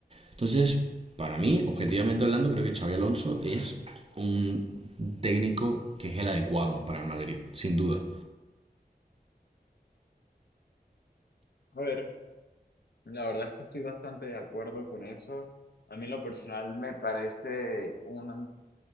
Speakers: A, on the right (about 35°); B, on the left (about 80°).
A: Entonces, para mí, objetivamente hablando, creo que Xavi Alonso es un técnico que es el adecuado para el Madrid, sin duda.
B: A ver. La verdad es que estoy bastante de acuerdo con eso. A mí en lo personal me parece una,